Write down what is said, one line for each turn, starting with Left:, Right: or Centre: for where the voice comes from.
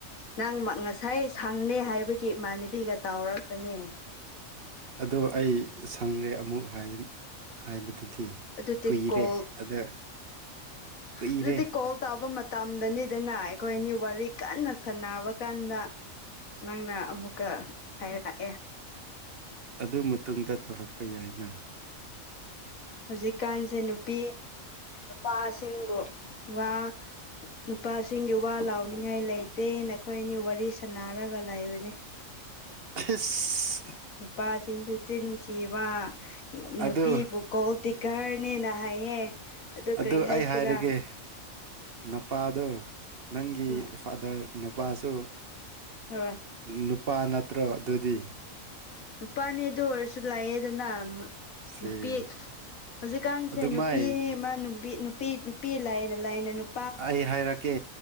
Left: ꯅꯪ ꯉꯁꯥꯏ ꯁꯪꯅꯦ ꯍꯥꯏꯕꯒꯤ ꯏꯃꯥꯟꯅꯕꯤꯒ ꯇꯥꯎꯔꯛꯄꯅꯦ
Right: ꯑꯗꯣ ꯑꯩ ꯁꯪꯔꯦ ꯑꯃꯨꯛ ꯍꯥꯏꯕꯗꯨꯗꯤ
Left: ꯑꯗꯨꯗꯤ
Right: ꯀꯨꯏꯔꯦ
Left: ꯀꯣꯜ
Right: ꯑꯗ ꯀꯨꯏꯔꯦ
Left: ꯑꯗꯨꯗꯤ ꯀꯣꯜ ꯇꯥꯕ ꯃꯇꯝ ꯇꯝꯗꯅꯤꯗꯅ ꯑꯩꯈꯣꯏ ꯑꯅꯤ ꯋꯥꯔꯤ ꯀꯟꯅ ꯁꯥꯟꯅꯕ ꯀꯥꯟꯗ ꯅꯪꯅ ꯑꯃꯨꯛꯀ ꯍꯥꯏꯔꯛꯑꯦ
Right: ꯑꯗꯨ ꯃꯇꯨꯡꯗ ꯇꯧꯔꯛꯄ ꯌꯥꯏꯅ
Left: ꯍꯧꯖꯤꯛꯀꯥꯟꯁꯦ ꯅꯨꯄꯤ ꯅꯨꯄꯥꯁꯤꯡꯕꯨ ꯋꯥ ꯅꯨꯄꯥꯁꯤꯡꯒꯤ ꯋꯥ ꯂꯥꯎꯅꯤꯡꯉꯥꯏ ꯂꯩꯇꯦ ꯅꯈꯣꯏ ꯑꯅꯤ ꯋꯥꯔꯤ ꯁꯅꯔꯒ ꯂꯩꯕꯅꯤ <inaudible>
Right: ꯏꯁ
Left: ꯅꯨꯄꯥꯁꯤꯡꯁ ꯆꯤꯟ ꯊꯤꯕ ꯅꯨꯄꯤꯕꯨ
Right: ꯑꯗꯨ
Left: ꯇꯤꯀꯥꯔꯅꯦꯅ ꯍꯥꯏꯌꯦ
Right: ꯑꯗꯨ
Left: ꯀꯔꯤ ꯍꯥꯏꯁꯤꯔꯥ
Right: ꯑꯩ ꯍꯥꯏꯔꯒꯦ ꯅꯨꯄꯥꯗꯨ ꯅꯪꯒꯤ
Left: ꯎꯝ
Right: ꯐꯥꯗꯔ ꯅꯨꯄꯥꯁꯨ
Left: ꯍ
Right: ꯅꯨꯄꯥ ꯅꯠꯇ꯭ꯔꯣ ꯑꯗꯨꯗꯤ
Left: ꯅꯨꯄꯥꯅꯦ ꯑꯗꯨ ꯑꯣꯏꯔꯁꯨ ꯂꯥꯏꯌꯦꯗꯅ
Right: ꯁꯤ
Left: ꯅꯨꯄꯤ ꯍꯧꯖꯤꯛꯀꯥꯟꯁꯦ
Right: ꯑꯗꯨꯃꯥꯏ
Left: ꯅꯨꯄꯤꯃ ꯅꯨꯄꯤ ꯅꯨꯄꯤ ꯅꯨꯄꯤ ꯂꯥꯏꯅ ꯂꯥꯏꯅ ꯅꯨꯄꯤ
Right: ꯑꯩ ꯍꯥꯏꯔꯛꯀꯦ